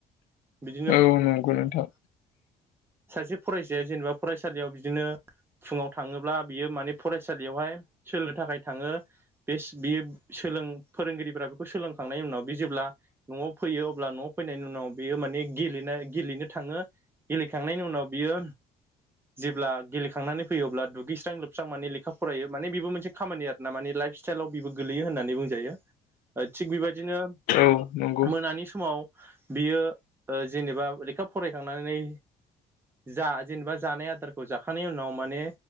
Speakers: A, on the right; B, on the left.
A: बिदिनो
B: औ नंगौ नोंथां
A: सासे फरायसाया जेनेबा फरायसालियाव बिदिनो फुङाव थाङोब्ला बियो माने फरायसालियावहाय सोलोंनो थाखाय थाङो बेस बियो सोलों फोरोंगिरिफोरा बेखौ सोलोंखांनायनि उनाव बे जेब्ला न'आव फैयो अब्ला न'आव फैनायनि उनाव बेयो माने गेले गेलेनो थाङो गेले खांनायनि उनाव बियो जेब्ला गेलेखांनानै फैयो अब्ला दुगैस्रां लोब स्रां माने लेखा फरायो माने बेबो मोनसे खामानि आरो ना माने लाइफ स्टाइलाव बेबो गोलैयो होननानै बुंजायो थिग बेबायदिनो
B: औ नंगौ
A: मोनानि समाव बियो जेनेबा लेखा फरायखांनानै जा जेनेबा जानाय आदारखौ जाखांनायनि उनाव माने